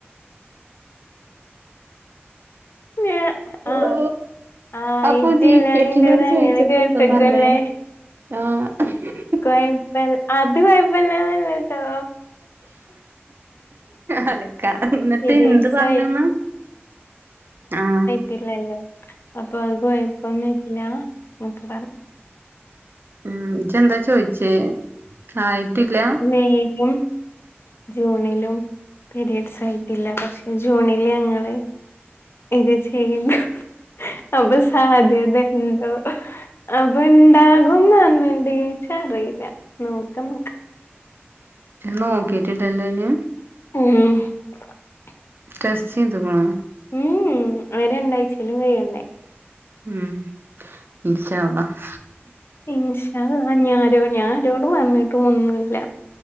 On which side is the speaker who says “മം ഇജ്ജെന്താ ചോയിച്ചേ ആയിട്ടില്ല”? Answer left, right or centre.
Right